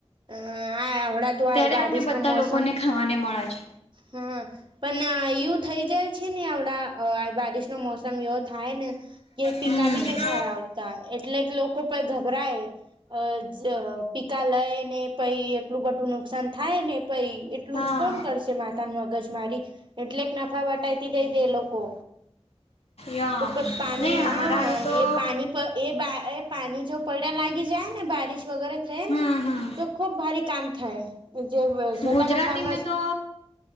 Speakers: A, on the right (about 50°); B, on the left (about 80°).
A: હ આ હમણા તો
B: ત્યારે
A: આય બારિશનો
B: આપને બધા
A: મોસમ
B: લોકોને ખાવાને મળે છે
A: હા પન એવું થઈ જાય છે, ને આવડા અ બારીશ નો મોસમ એવો થાય ને કે પીકા
B: હમ
A: ભી ની સારા આવતા એટલેક લોકો પન ગભરાય અ પીકા લય ને પહી એટલું બટું નુકસાન થાય ને પઈ એટલું
B: હા
A: કોણ કરશે માથા ન મગજ મારી એટલેક નફા વટાતી દે તે એ લોકો
B: યમ
A: તો પાની
B: નહી હમારા
A: હા
B: તો
A: એ પાની એ બા એ પાની જો પડ્યા લાગી જાય ને બારીશ વગેરે થયાને
B: હમ હમ
A: તો ખોભ ભારી કામ થાય જે સ્વતાના
B: ગુજરાતી
A: ફાર્મ
B: મે તો